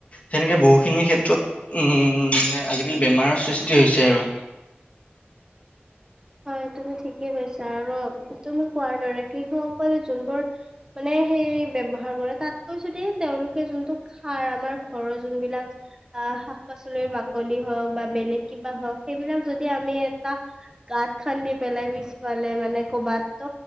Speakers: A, on the left; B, on the right.
A: সেনেকে বহুখিনি ক্ষেত্ৰত উম মানে আজিকালি বেমাৰৰ সৃষ্টি সষ্ট হৈছে আৰু
B: হয় তুমি ঠিকে কৈছা আৰু তুমি কোৱাৰ দৰে কৃষকসকলে যোনবোৰ মানে সেই ব্যৱহাৰ কৰে তাতকৈ যদি তেওঁলোকে যোনটো খাৰ আমাৰ ঘৰৰ যোনবিলাক আহ শাক পাচলিৰ বাকলি হওক বা বেলেগ কিবা হওঁক সেইবিলাক যদি আমি এটা গাত খান্ দি পেলাই পিছ পালে মানে কৰ'বাত তো